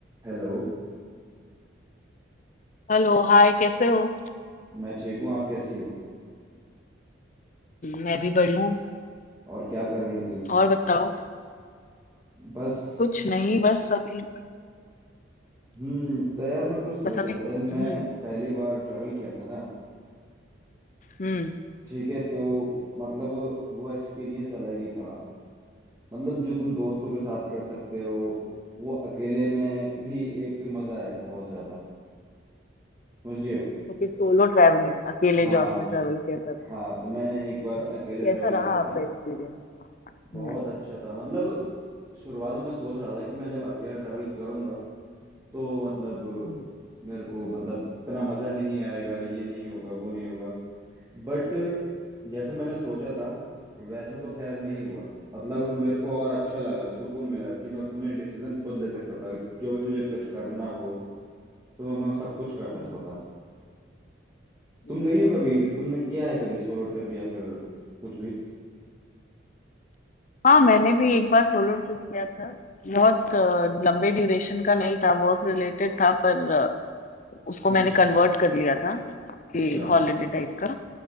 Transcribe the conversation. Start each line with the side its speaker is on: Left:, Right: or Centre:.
Right: Hello
Left: Hello Hi कैसे हो
Right: मैं ठीक हूँ आप कैसी हो
Left: मैं भी बढ़िया हूँ
Right: और क्या कर रही थी
Left: और बताओ
Right: बस
Left: कुछ नहीं बस अभी
Right: हम्म तो यार मैं कुछ सोच
Left: बस अभी
Right: रहा था जब
Left: हम्म
Right: मैं पहली बार ट्रेवल किया था ना
Left: हम्म
Right: ठीक है तो मतलब वो एक्सपीरियंस अलग ही था मतलब जो तुम दोस्तों के साथ कर सकते हो वो अकेले में भी एक मज़ा है बहुत ज़्यादा समझ रही हो
Left: क्योंकि सोलो ट्रैवलिंग अकेले
Right: हाँ
Left: जो आपने ट्रैवल किया था
Right: हाँ तो मैंने एक बार
Left: तो
Right: अकेले
Left: कैसा
Right: ट्रैवल
Left: रहा
Right: किया था
Left: आपका एक्सपीरियंस
Right: बहुत
Left: हम्म
Right: अच्छा था मतलब शुरुआत में मैं सोच रहा था कि मैं जब अकेला ट्रैवल करूंगा तो मतलब
Left: हम्म
Right: मेरे को मतलब इतना मज़ा नहीं आएगा ये नहीं होगा वो नहीं होगा बट जैसे मैंने सोचा था वैसा तो खैर नहीं हुआ मतलब मेरे को और अच्छा लगा सुकून मिला कि मैं अपने डिसीजन खुद ले सकता था जो भी मुझे कुछ करना हो तो मैं मैं सब कुछ कर सकता
Left: हम्म,
Right: था
Left: हम्म।
Right: तुम गई हो कभी तुमने किया है कभी सोलो ट्रिप या फिर कुछ भी
Left: हाँ मैंने भी एक बार सोलो ट्रिप किया था बहुत अ, लंबे ड्यूरेशन का नहीं था वर्क रिलेटेड था पर अ, उसको मैंने
Right: अच्छा
Left: कन्वर्ट कर लिया था
Right: अच्छा
Left: कि हॉलीडे टाइप का